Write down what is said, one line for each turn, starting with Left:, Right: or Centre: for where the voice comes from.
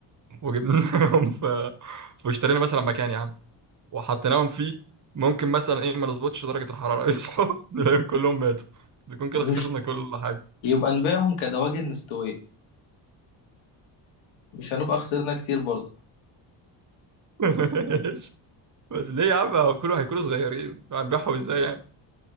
Right: وجبناهم <laughs> في واشترينا مثلا مكان يا عم وحطيناهم فيه ممكن مثلا إيه ما نظبطش درجة الحرارة <laughs> يصحوا نلاقيهم كلهم ماتوا نكون كده
Left: مش
Right: خسرنا كل حاجة
Left: يبقى نبيعهم كدواجن مستوية مش هنبقى خسرنا كتير برضه
Right: <laughs> بس ليه يا عم هو كله هيكونوا صغيرين هنبيعهم إزاي يعني